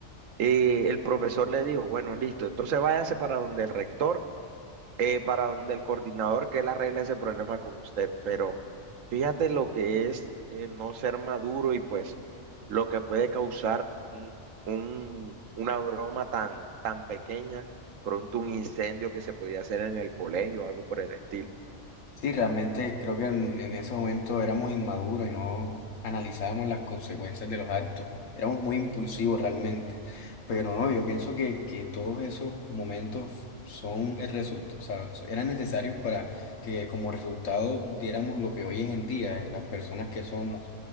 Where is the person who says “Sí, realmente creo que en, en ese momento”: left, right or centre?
Left